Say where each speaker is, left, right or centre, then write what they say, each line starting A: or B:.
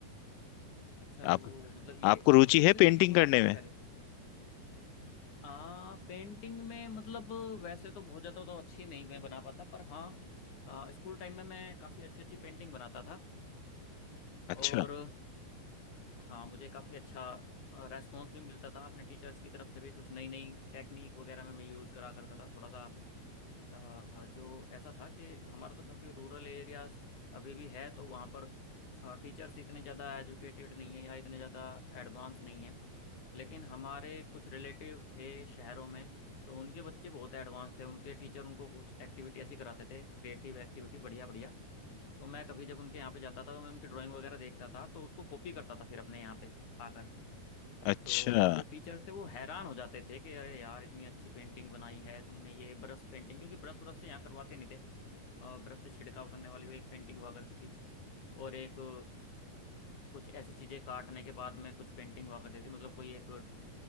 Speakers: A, on the left (about 50°); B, on the left (about 80°).
A: अच्छा तो
B: आप
A: मतलब ये
B: आपको
A: इस
B: रुचि
A: तरीके
B: है
A: से
B: पेंटिंग
A: पेंटिंग बनाते
B: करने
A: थे
B: में
A: पहले आ पेंटिंग में मतलब वैसे तो बहुत ज्यादा तो अच्छी नहीं मैं बना पाता पर हाँ आ, स्कूल टाइम में मैं काफी अच्छी अच्छी पेंटिंग बनाता था
B: अच्छा
A: और हाँ मुझे काफी अच्छा रेस्पॉन्स भी मिलता था अपने टीचर्स की तरफ से भी कुछ नई नई टेक्निक वगैरह में मैं यूज करा करता था थोड़ा सा अ, जो ऐसा था कि हमारा तो क्योंकि रूरल एरिया अभी भी है तो वहाँ पर टीचर्स इतने ज़्यादा एजुकेटेड नहीं है या इतने ज़्यादा एडवांस नहीं है लेकिन हमारे कुछ रिलेटिव थे शहरों में तो उनके बच्चे बहुत एडवांस थे उनके टीचर उनको कुछ एक्टिविटी ऐसी कराते थे क्रिएटिव एक्टिविटी बढ़िया बढ़िया तो मैं कभी जब उनके यहाँ पे जाता था तो मैं उनकी ड्राइंग वगैरह देखता था तो उसको कॉपी करता था फिर अपने यहाँ पे आकर
B: अच्छा
A: तो जो टीचर्स थे वो हैरान हो जाते थे कि अरे यार इतनी अच्छी पेंटिंग बनाई है तुमने ये ब्रश पेंटिंग क्योंकि ब्रश ब्रश से यहाँ करवाते नहीं थे ब्रश से छिड़काव करने वाली वो एक पेंटिंग हुआ करती थी और एक अ, कुछ ऐसी चीजें काटने के बाद में कुछ पेंटिंग हुआ करती थी मतलब कोई एक